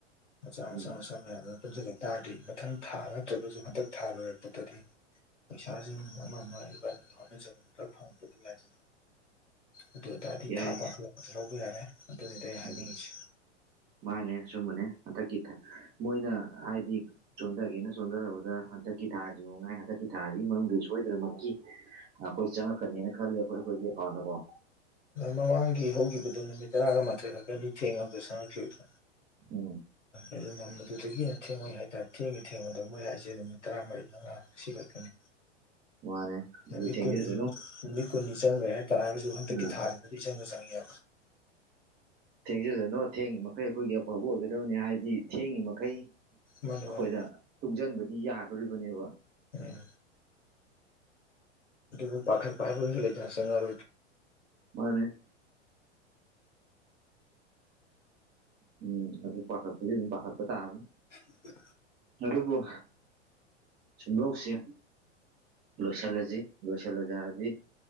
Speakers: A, on the left (about 80°); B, on the right (about 25°).
A: ꯃꯆꯥ ꯃꯆꯥ
B: ꯎꯝ
A: ꯃꯆꯥ ꯃꯌꯥꯝ ꯑꯃ ꯄꯨꯟꯁꯤꯜꯂꯛ ꯇꯥꯔꯗꯤ ꯃꯊꯪ ꯊꯥ ꯅꯠꯇ꯭ꯔꯒꯁꯨ ꯍꯟꯊꯛ ꯊꯥ ꯂꯣꯏꯔꯛꯄꯗꯗꯤ ꯄꯩꯁꯥꯁꯤ ꯑꯃ ꯑꯃ ꯑꯩꯈꯣꯏ ꯍꯣꯠꯅꯖꯕꯅꯤ ꯈꯔ ꯐꯪꯉꯛꯄꯗꯤ ꯍꯥꯏꯗꯅ ꯑꯗꯨ ꯑꯣꯏꯇꯥꯔꯗꯤ
B: ꯌꯥꯏ
A: ꯊꯥ ꯄꯥꯡꯈꯠꯂꯛꯄꯁꯨ ꯂꯧꯕ ꯌꯥꯔꯦ ꯑꯗꯨꯅꯤꯗꯤ ꯑꯩ ꯍꯥꯏꯅꯤꯡꯉꯁꯤ
B: ꯎꯝ ꯃꯥꯅꯦ ꯁꯨꯝꯕꯅꯦ ꯍꯟꯊꯛꯀꯤ ꯃꯣꯏꯅ ꯍꯥꯏꯗꯤ ꯆꯣꯟꯊꯒꯦꯅ ꯆꯣꯟꯊꯔꯕꯗ ꯍꯟꯗꯛꯀꯤ ꯊꯥꯁꯤ ꯉꯥꯏ ꯍꯟꯗꯛꯀꯤ ꯊꯥꯁꯤꯒꯤ ꯃꯅꯨꯡꯗ ꯁꯣꯏꯗꯅꯃꯛꯀꯤ ꯑꯩꯈꯣꯏ ꯆꯪꯉꯛꯀꯅꯤꯅ ꯈꯜꯂꯦ ꯑꯩꯈꯣꯏ ꯑꯩꯈꯣꯏꯒꯤꯀꯥꯎꯗ ꯀꯣ
A: ꯃꯃꯥꯡꯒꯤ ꯍꯧꯈꯤꯕꯗꯨ ꯅꯨꯃꯤꯠ ꯇꯔꯥꯒ ꯃꯥꯊꯣꯏꯔꯀꯅꯤꯊꯦꯡꯅꯕꯗ ꯆꯪꯉꯛꯈꯤꯕꯗꯣ
B: ꯎꯝ
A: ꯑꯗꯨꯅ ꯃꯗꯨꯗꯒꯤꯅ ꯊꯦꯡꯉꯣꯏ ꯍꯥꯏꯇꯥꯔꯦ ꯊꯦꯡꯉꯦ ꯊꯦꯡꯕꯗ ꯃꯣꯏ ꯍꯥꯏꯁꯦ ꯅꯨꯃꯤꯠ ꯇꯔꯥꯃꯔꯤ ꯃꯉꯥ ꯁꯤꯒꯛꯀꯅꯤ
B: <unintelligible> ꯑꯗꯨ
A: ꯃꯤ
B: ꯊꯦꯡꯖꯁꯅꯨ
A: ꯀꯨꯃꯤ ꯀꯨꯅꯤ ꯆꯪ ꯂꯩ ꯍꯥꯏ ꯇꯔꯟ
B: ꯎꯝ
A: ꯑꯗꯨꯗꯤ ꯆꯪ ꯆꯪꯦ ꯍꯥꯏ
B: ꯊꯦꯡꯖꯗꯅꯣ ꯊꯦꯡꯉꯤ ꯃꯈꯩ ꯑꯩꯈꯣꯏꯒꯤ ꯑꯐꯕ ꯑꯣꯏꯒꯗꯕꯅꯤ ꯍꯥꯏꯕꯗꯤ ꯊꯦꯡꯉꯤ ꯃꯈꯩ
A: ꯃꯥꯅꯤ
B: ꯑꯩꯈꯣꯏꯗ
A: ꯃꯥꯅꯤ
B: ꯇꯨꯡꯁꯤꯟꯕꯗꯤ ꯌꯥꯗꯣꯔꯤꯕꯅꯦꯕ
A: ꯎꯝ ꯕꯨ ꯄꯈꯦ ꯄꯥꯏꯕ ꯆꯔ꯭ꯔ
B: ꯃꯥꯅꯦꯦ ꯎꯝ ꯄꯊꯔ ꯑꯗꯨ ꯄꯊꯔꯄ ꯇꯥꯔꯅꯤ
A: ꯍ
B: ꯍꯔꯕꯨꯣ ꯁꯨꯝꯗꯧꯁꯦ ꯂꯣꯏꯁꯤꯜꯂꯁꯤ ꯂꯣꯏꯁꯤꯜꯂꯁꯤ ꯍꯥꯏꯔꯗꯤ